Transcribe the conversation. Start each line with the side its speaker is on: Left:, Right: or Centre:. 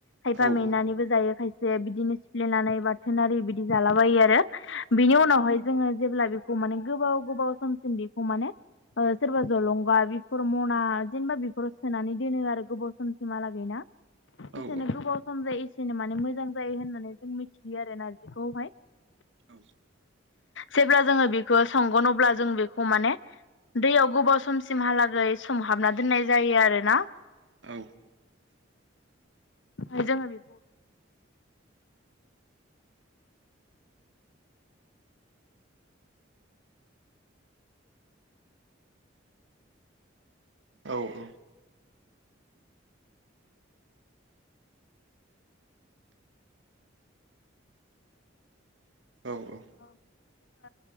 Left: खायफा
Right: औ
Left: मेनानैबो
Right: औ
Left: जायो खायसे बिदिनो सिफ्लेनानै बाथोन आरि बिदि जालाबायो आरो। बिनि उनावहाय जोङो जेब्ला बेखौ माने गोबाव गोबाव समसिम बेखौ माने ओ सोरबा जलंगा बेफोर मना जेनेबा बेफोराव सोनानै दोनो आरो गोबाव समसिमहालागै ना? जेसेनो
Right: औ
Left: गोबाव सम जायो एसेनो माने मो जां जायो होननानै जों मिथियो आरो ना नारजिखौहाय
Right: औ
Left: जेब्ला जोङो बेखौ संगोन अब्ला जों बेखौ माने दैयाव गोबाव समसिमहालागै सोमहाबना दोननाय जायो आरोना।
Right: औ
Left: ओमफाय जोङो बे
Right: औ औ औ
Left: अ बेहाय जोङो